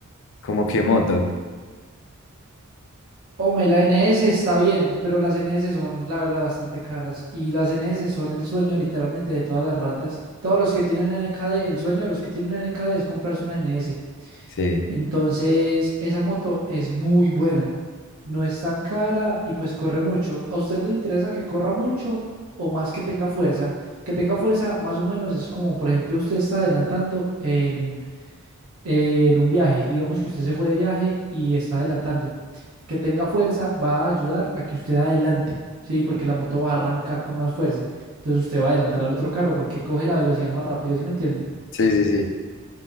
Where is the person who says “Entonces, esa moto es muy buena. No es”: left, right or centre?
Right